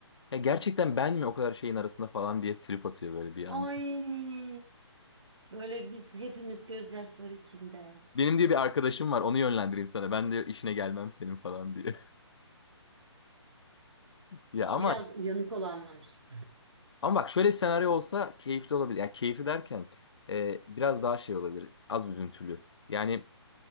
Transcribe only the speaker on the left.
Ya gerçekten ben mi o kadar şeyin arasında falan diye trip atıyor böyle bir yandan.
Benim diye bir arkadaşım var onu yönlendireyim sana. Ben de işine gelmem senin falan diye. <laughs> Ya ama
Ama bak şöyle bir senaryo olsa keyifli olabilir. Yani keyifli derken e, biraz daha şey olabilir. Az üzüntülü. Yani